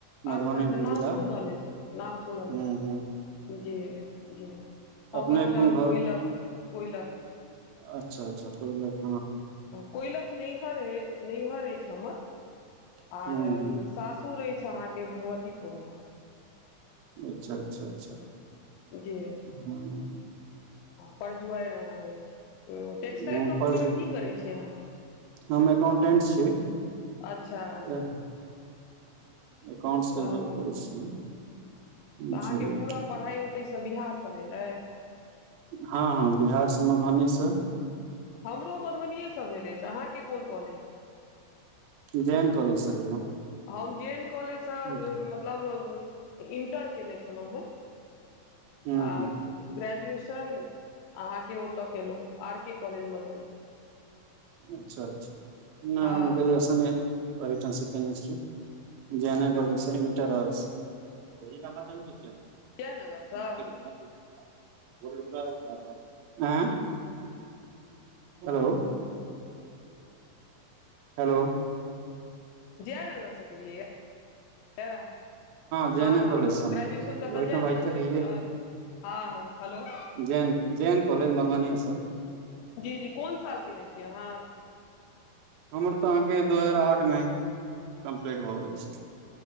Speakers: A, on the right (about 85°); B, on the left (about 80°).
A: मधुबनी
B: अच्छा अच्छा नाम
A: जिला
B: सुनल अछि नाम सुनल
A: हूँ
B: अछि
A: हूँ
B: जी जी हमर
A: अपने
B: गाम
A: कोन घर
B: कोइलक कोइलख
A: अच्छा अच्छा कोइलख
B: कोयलक नैहर नैहर अछि हमर
A: हूँ
B: आर
A: हूँ
B: सासुर रह अछि अहाँके भगवतीपुरमे
A: अच्छा अच्छा अच्छा
B: जी
A: हुँ
B: परजुआर यहा रहे छै टेकक्सटाइल
A: हँ
B: कम्पनी
A: पर
B: में की करे छी अच्छा
A: हम एकाउंटेंट छी
B: अच्छा अच्छा
A: हँ
B: अच्छा
A: एकाउंटस
B: ओ
A: जोब करि
B: तऽ
A: छ बुझलियै
B: अहाँके पूरा पढ़ाइ ओतैसँ बिहारसँ भेल अय
A: हँ हँ बिहार सँ मधुबनी सँ
B: हमरो मधुबनएसँ भेल अछि अहाँकेँ कोन कॉलेज
A: ज एन कॉलेज सँ रहिये हम
B: हम जे एन कॉलेजसँ
A: हूँ
B: मतलब इणटर कयने छलहुँ हन
A: हूँ
B: आ ग्रेजुएशन अहाँके ओतऽ केलहुँ आर के कॉलेज मधुबनी
A: अच्छा अच्छा नहि
B: हँ
A: हम ग्रेजुएशन ओहि ठाम से केने छी जे एन कॉलेज सेन्टर अछि <unintelligible>
B: जयनगरसँ
A: <unintelligible> हेलो हेलो
B: जयनगर सँ केलिये यै
A: जैने
B: हँ
A: कॉलेज
B: हँ हँ
A: सँ हम
B: ग्रेजएशन करता
A: ओहिठाम
B: जयनगर
A: रहिते रहियै
B: सँ हँ हँ hello
A: Jain J N college Madhubani सँ
B: जी जी कोन साल केयने छियै अहाँ
A: हमर तऽ अहाँके दू हजार आठ मे कम्प्लीट भऽ गेल अछि